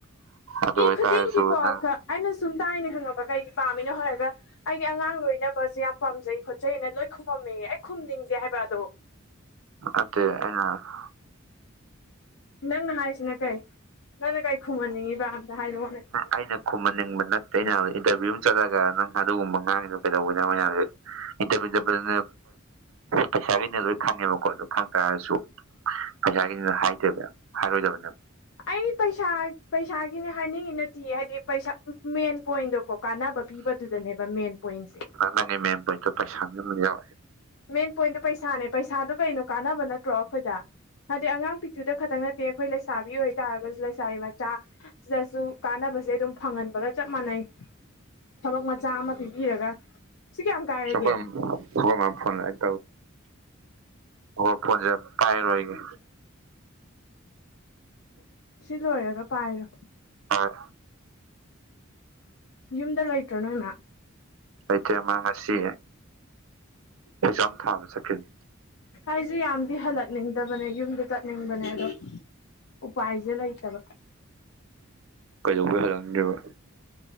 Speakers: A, on the right; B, on the left.
A: ꯑꯗꯨ
B: ꯃꯤ
A: ꯑꯣꯏꯇꯥꯔꯁꯨ
B: ꯈꯨꯗꯤꯡꯒꯤꯀꯣ
A: ꯅꯪ
B: ꯑꯩꯅ ꯁꯨꯝ ꯁꯨꯝ ꯇꯥꯏꯅ ꯈꯪꯉꯕ ꯀꯩꯒꯤ ꯄꯥꯝꯃꯤꯅꯣ ꯍꯥꯏꯔꯒ ꯑꯩꯒꯤ ꯑꯉꯥꯡ ꯂꯣꯏꯅꯕꯁꯦ ꯌꯥꯝ ꯄꯥꯝꯖꯩ ꯈꯣꯠꯆꯩꯅ ꯂꯣꯏ ꯈꯨꯝꯃꯩ ꯑꯩ ꯈꯨꯝꯅꯤꯡꯗꯦ ꯍꯥꯢꯕꯥ
A: ꯑ ꯑ <inaudible>
B: ꯅꯪꯅ ꯍꯥꯏꯁꯤꯅ ꯀꯩ ꯅꯪꯅ ꯀꯩ ꯈꯨꯝꯍꯟꯅꯤꯡꯉꯤꯕ ꯑꯝꯇ ꯍꯥꯏꯔꯛꯑꯣꯅꯦ
A: ꯑꯩꯅ ꯈꯨꯝꯍꯟꯅꯤꯡꯕ ꯅꯠꯇꯦ ꯑꯩꯅ ꯏꯟꯇꯔꯚꯤꯌꯨ ꯑꯃ ꯆꯠꯂꯒ ꯅꯪ ꯑꯗꯨꯒꯨꯝꯕ ꯉꯥꯡꯉꯤꯗꯨꯣ ꯀꯩꯗꯧꯕꯩꯅꯣ ꯑꯩꯀꯣꯟꯗ ꯌꯥꯝ ꯏꯟꯇꯔꯚꯤꯌꯨ ꯆꯠꯄꯗꯅ ꯄꯩꯁꯥꯈꯩꯅ ꯂꯣꯏ ꯈꯪꯉꯦꯕꯀꯣ ꯈꯪ ꯇꯥꯔꯒꯁꯨ ꯄꯩꯁꯥꯒꯤꯗꯨꯗ ꯍꯥꯏꯗꯦꯕ ꯍꯥꯏꯔꯣꯏꯗꯕꯅꯦꯕ
B: ꯑꯩ ꯄꯩꯁꯥ ꯄꯩꯁꯥꯒꯤꯅꯦ ꯍꯥꯏꯅꯤꯡꯉꯤ ꯅꯠꯇꯦ ꯍꯥꯏꯗꯤ ꯄꯩꯁꯥ ꯃꯦꯟ ꯄꯣꯏꯟꯗꯣ ꯀꯣ ꯀꯥꯅꯕ ꯄꯤꯕꯗꯨꯗꯅꯦꯕ ꯃꯦꯟ ꯄꯣꯏꯟꯁꯦ
A: ꯅꯪꯒꯤ ꯃꯦꯟ ꯄꯣꯏꯟꯇꯣ ꯄꯩꯁꯥꯒꯤ ꯑꯃ ꯌꯥꯎꯔꯦ
B: ꯃꯦꯟ ꯄꯣꯏꯟꯗꯣ ꯄꯩꯁꯥꯅꯦ ꯄꯩꯁꯥꯗꯨꯣ ꯀꯩꯅꯣ ꯀꯥꯟꯅꯕ ꯅꯠꯇ꯭ꯔꯣ ꯑꯩꯈꯣꯏꯗ ꯍꯥꯏꯗꯤ ꯑꯉꯥꯡ ꯄꯤꯊꯨꯗ ꯈꯛꯇꯪ ꯅꯠꯇꯦ ꯑꯩꯈꯣꯏ ꯂꯩꯁꯥꯕꯤ ꯑꯣꯏꯇꯥꯥꯔꯒꯁꯨ ꯂꯩꯁꯥꯕꯤ ꯃꯆꯥ ꯁꯤꯗꯁꯨ ꯀꯥꯟꯅꯕ ꯁꯦ ꯑꯗꯨꯝ ꯐꯪꯍꯟꯕꯒ ꯆꯞ ꯃꯥꯟꯅꯩ ꯊꯕꯛ ꯃꯆꯥ ꯑꯃ ꯄꯤꯕꯤꯔꯒ ꯁꯤ ꯀꯌꯥꯝ ꯀꯥꯏꯔꯒꯦ
A: ꯑꯩꯈꯣꯢ ꯃꯥ ꯐꯣꯜꯅꯤ ꯂꯥꯛꯌꯦ ꯇꯧꯔꯤꯁꯦ ꯐꯣꯜ ꯁꯦ ꯄꯥꯏꯔꯔꯣꯏꯒꯦ
B: ꯁꯤ ꯂꯣꯏꯔꯒ ꯄꯥꯏꯔꯣ
A: ꯍꯣꯏ
B: ꯌꯨꯝꯗ ꯂꯩꯇ꯭ꯔꯣ ꯅꯣꯏꯃ
A: ꯂꯩꯇꯦ ꯃꯥ ꯉꯁꯤ ꯑꯦꯛꯖꯥꯝ ꯊꯥꯕ ꯆꯠꯈꯤ
B: ꯍꯥꯏꯁꯨ ꯌꯥꯝꯗꯤ ꯍꯜꯂꯛꯅꯤꯡꯗꯕꯅꯦ ꯌꯨꯝꯗ ꯆꯠꯅꯤꯡꯕꯅꯦ ꯑꯗꯣ ꯎꯄꯥꯏꯁꯦ ꯂꯩꯇꯕ
A: ꯀꯩꯗꯧꯕꯩ ꯍꯥꯜꯂꯛꯅꯤꯡꯗꯔ꯭ꯤꯕꯥ